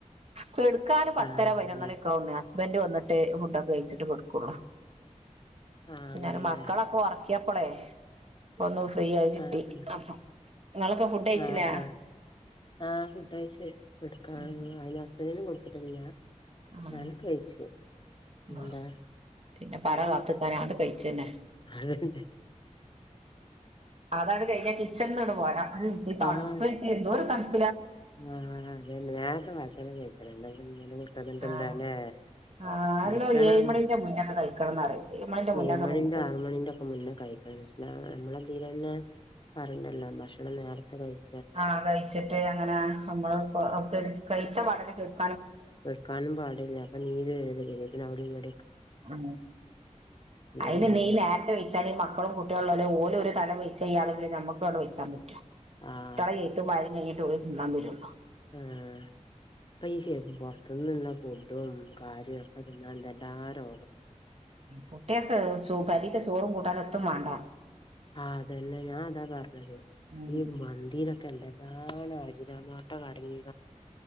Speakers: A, on the right (about 55°); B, on the left (about 40°).
A: കെട്ക്കാന് പത്തര
B: ആഹ്
A: പയ്നൊന്നണിക്കാവുന്ന്
B: അങ്ങനെ
A: ഹസ്ബന്റ് വന്ന് ട്ട് ഫുഡൊക്കെ കഴിച്ചിട്ട് കൊടുക്കുള്ളൂ
B: ആഹ്
A: പിന്നെ
B: അങ്ങനെല്ലേ
A: മക്കളൊക്കെ ഒർക്കി പ്പളെ ഒന്ന് ഫ്രീ ആയി കിട്ടി
B: ആഹ്
A: അപ്പോ നിങ്ങളൊക്കെ ഫുഡ് കയ്ച്ചില്ലേ
B: ആഹ് ആഹ് ആഹ് ഫുഡയ്ച്ച് കെട്ക്കാ
A: ഉം
B: അയ്ന് ഹസ്ബൻഡിന് കൊടുത്തിട്ടില്ല
A: ആഹ്
B: ഞാനും കഴിച്ച് പിന്നെന്താ
A: ആഹ് പിന്നെ
B: വേറെന്ത്‌
A: പറ കാത്ത്ക്കാനാണ്ട് കഴിച്ചന്നെ
B: അതെ അതെ
A: അതാണ് കഴിഞ്ഞ കിച്ചൺന്ന്ട്ട് പോരാ ഈ തൺപ്പായിട്ട്
B: ആഹ്
A: എന്തോരു തൺപ്
B: ആഹ് അതന്നെ നേർത്തെ ഭക്ഷണം കയ്ച്ചണം എല്ലാ ഇങ്ങനെ കുത്തർന്ന്ട്ട് എന്താലെ
A: ആഹ് ആഹ് അല്ല
B: ഭക്ഷണം
A: ഏഴ് മണിന്റെ മുന്നൊക്കെ കഴിക്കണംന്ന് പറയും മണിന്റെ മുന്നൊക്കെ
B: ഏഴ് മണിന്റെ
A: നമുക്ക്
B: ആറ് മണിന്റൊക്കെ മുന്നെ കഴിക്കണം ഇസ്ലാമില് നമ്മളെതിലന്നെ പറീണ്ടല്ലോ ഭക്ഷണം നേരത്തെ കഴിക്കണംന്ന്
A: ആഹ് കഴിച്ചിട്ട് അങ്ങനെ നമ്മള് ഒപ്പം കഴിച്ച പാടന്നെ കെട്ക്ക
B: കെട്ക്കാനും പാടില്ല അപ്പം നീര് വരും പി ശാരീരത്തില് അവിടിം വടിം
A: ആ
B: എന്തോര്
A: അയ്ന് ന്ന് ഈ നേരത്തെ വെയ്ച്ചാലെ മക്കളും കുട്ടികളുംല്ല ഓല് ഒരു തല വയ് ചെയ്യാതെ പിന്നെ നമുക്ക് അവിടെ വെയ്യ്ച്ചാമ്പറ്റോ കുട്ടികളെ
B: ആഹ്
A: എയ്ത്തും വായനിം കഴിഞ്ഞിട്ടെ ഓല് തിന്നാൻ വരുള്ളൂ
B: ആഹ പ്പ ഈ പൊർത്ത്ന്ന്ള്ള ഫുഡും കാര്യവും ഒക്കെ തിന്നാന്തന്നെ താരോ
A: കുട്ട്യേക്ക് പെരീത്തെ ചോറും കൂട്ടാനും എത്തും മാണ്ട
B: ആ അതന്നെ ഞാൻ അതാ പറഞ്ഞത്
A: ഉം
B: ഈ മന്തിയിലൊക്കെ എന്തെലാ നാണ് അജ്നാമോട്ടെ അടങ്ങി